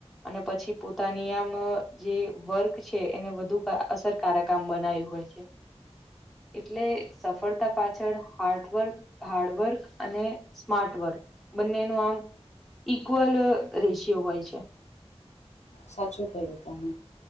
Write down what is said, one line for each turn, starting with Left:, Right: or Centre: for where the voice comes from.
Centre: અને પછી પોતાની આમ જે વર્ક છે એને વધુ કા અસરકારક કામ બનાયું હોય છે. એટલે સફળતા પાછળ હાર્ટવર્ક હાર્ડવર્ક અને સ્માર્ટ વર્ક, બંને નું આમ ઈક્વલ રેશિયો હોય છે.
Left: સાચું ક્હયું તમે.